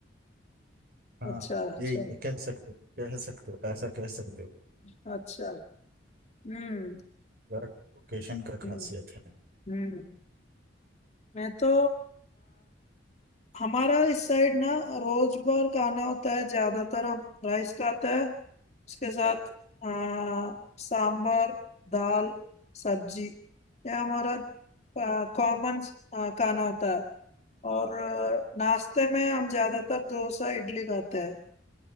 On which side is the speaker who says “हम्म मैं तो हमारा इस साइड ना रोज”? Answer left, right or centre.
Left